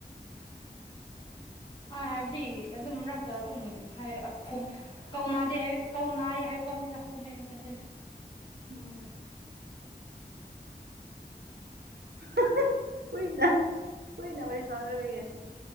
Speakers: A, on the left; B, on the right.
A: ꯑ ꯍꯥꯏꯕꯗꯤ ꯑꯗꯨꯝ ꯃꯔꯛꯇ ꯑꯗꯨꯝ ꯍꯥꯏ ꯈꯨꯝ ꯀꯧꯅꯥꯗꯦ ꯍꯥꯏ ꯀꯧꯅꯥꯏ ꯍꯥꯏꯕ ꯋꯥꯅꯤꯗ ꯈꯨꯝꯃꯦꯕ ꯅꯠꯇꯦꯗ
B: <unintelligible> <unintelligible> ꯍꯨꯏꯅ ꯍꯨꯏꯅ ꯋꯥꯔꯤ ꯁꯥꯟꯅꯗꯕꯒꯤ